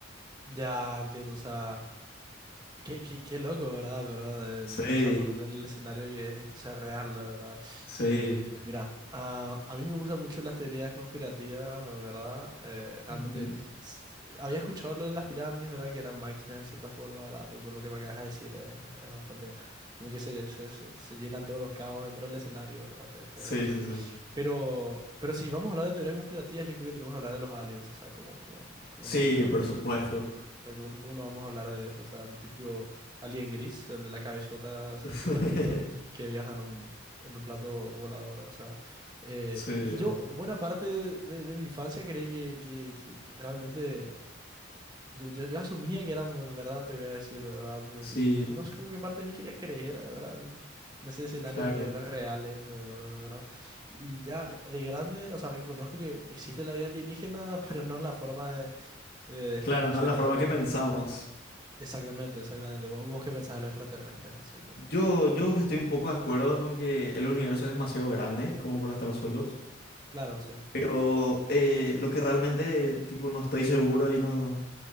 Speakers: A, on the right; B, on the left.
A: ya entiendo, o sea... Qué, qué, qué loco, ¿verdad? ¿Verdad? En-
B: Sí,
A: O sea, ponerte en el escenario que esto sea real, la ¿verdad?
B: sí.
A: Y mira, a, a mí me gustan mucho las teorías conspirativas, ¿verdad? Eh, realmente
B: Ujú.
A: s- había escuchado lo de las pirámides, ¿verdad? Que eran máquinas en cierta forma, ¿verdad? Pero con lo que me acabas de decir es, es bastante... Como que se, se, se- se llenan todos los cabos dentro del escenario, ¿verdad? Te, te
B: Sí,
A: voy a decir.
B: sí, sí.
A: Pero, pero si vamos a hablar de teorías conspirativas, yo creo que tenemos que hablar de los aliens, o sea, como como cómo
B: Sí,
A: no vamos
B: por supuesto.
A: o sea, ¿cómo, cómo no vamos a hablar de eso? O sea, el típico alien gris, el de la cabezota hacia
B: <laughs>
A: el cuerpito, que viaja en un, en un plato volador. O sea, eh,
B: Sí, ¿eh?
A: y yo buena parte de, de- de mi infancia creí que, que- que realmente... Yo, yo, yo asumía que eran verdad, te voy a decir, ¿verdad? Porque
B: sí,
A: tipo, no, no sé cómo que parte de mí quería creer, ¿verdad? En, en ese escenario
B: claro.
A: de que eran reales, ¿verdad? Y ya de grande, o sea, reconozco que existe la vida alienígena, <laughs> pero no en la forma de, de de estos
B: Claro,
A: marcianitos.
B: ¿no? es la forma
A: que
B: que pensamos.
A: Exactamente, exactamente. ¿Vos, vos qué pensás de los extraterrestres? Así como.
B: Yo, yo estoy un poco de acuerdo con que el universo es demasiado grande como para estar solos.
A: Claro, sí.
B: Pero eh, lo que realmente, tipo, no estoy seguro y no,